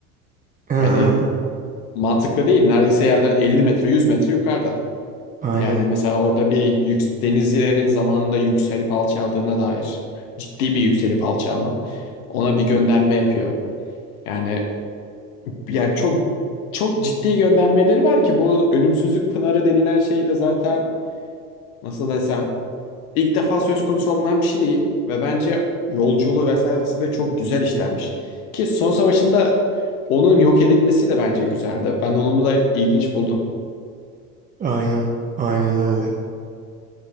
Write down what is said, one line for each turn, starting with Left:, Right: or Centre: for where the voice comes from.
Right: <laughs>
Left: Yani mantıklı değil. Neredeyse yerden 50 metre 100 metre yukarıda.
Right: Aynen
Left: Yani mesela orada bir yük denizcilerin zamanında yükselip alçaldığına dair ciddi bir yükselip alçalma. Ona bir gönderme yapıyor. Yani yani çok çok ciddi göndermeleri var ki bu ölümsüzlük pınarı denilen şey de zaten nasıl desem ilk defa söz konusu alınan bir şey değil ve bence yolculuğu vesairesi de çok güzel işlenmiş. Ki son savaşında onun yok edilmesi de bence güzeldi. Ben onu da ilginç buldum.
Right: aynen aynen öyle.